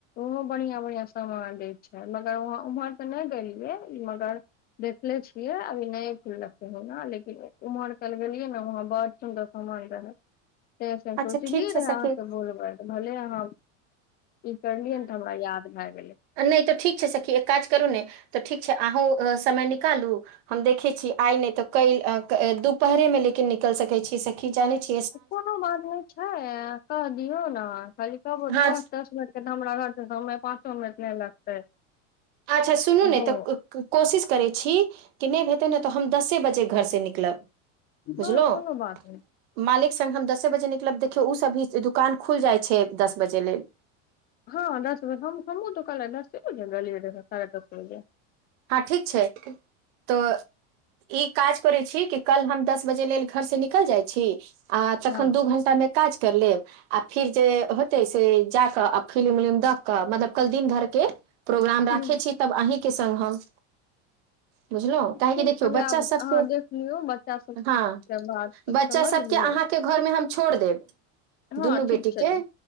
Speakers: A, on the left; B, on the right.
A: ओहो बढ़िया बढ़िया सामान दय छै मगर वहाँ उम्हर ते नहि गेलियै मगर देखले छियै अभी नय फूल ले ह न लेकिन उम्हर कल गेलियै ने वह बड़ सुंदर हमर रह से से
B: अच्छा
A: सोचलियै
B: ठीक छै
A: रह
B: सखी
A: अहाँके बोलबै तऽ भले अहाँ ई करलियै न तऽ हमरा याद भए गेलै
B: नइ तऽ ठीक छै सखी एक काज करू नइ तऽ ठीक छै अहूँ समय निकालू हम देखै छि आइ नइ तऽ कैल दुपहरे मे लेकिन निकैल सकै छी सखी जानै छी
A: कोनो बात नहि छै कहि दियौ ने खाली कहबौ
B: हँ
A: पाँच दस मिन तऽ हमरा <unintelligible> हमरा पाँचो मिनट नहि लगतै
B: अच्छा सुनू ने
A: हो
B: तऽ कोशिश करै छी कि नहि हेतै ने तऽ हम दसे बजे घरसँ निकलब बुझलहुँ
A: हँ कोनो बात नइ
B: मालिक संग हम दसे बजे निकलब देखियौ उ सब भी दुकान खुल जाइ छै दस बजे लेल
A: हँ दस बजे हम हमँ तऽ काल्हे दसे बजे रहल लियए रह साढ़े दस बजे
B: हँ ठीक छै तऽ ई काज करैत छी कि कल हम दस बजे लेल घर से निकल जाइत छी आ तखन
A: हँ
B: दू घण टा मे काज कर लेब आ फिर जे होतै से जा कऽ आ फिलिम उलिम देख कऽ मतलब कल दिन धरके प्रोग्राम
A: हूँ
B: राखै छी तब अहींके संग हम बुझलहुँ
A: ठीक
B: काहेकि देखियौ
A: छलै
B: बच्चा
A: आब
B: सबके
A: अहाँ देख लियौ बच्चा सभके
B: हँ
A: बात सब
B: बच्चा
A: समझ
B: सबके
A: लियौ
B: अहाँके घर मे हम छोड़ देब
A: हँ
B: दुनू बेटी
A: ठीक छलै
B: के